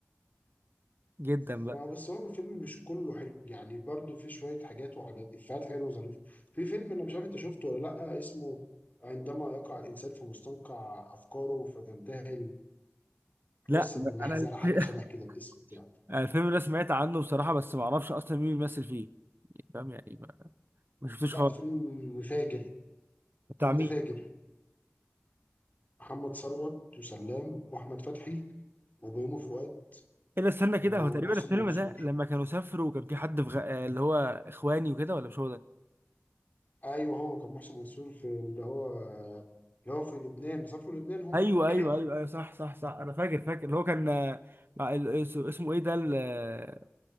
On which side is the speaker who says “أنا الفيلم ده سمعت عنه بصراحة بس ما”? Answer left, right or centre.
Right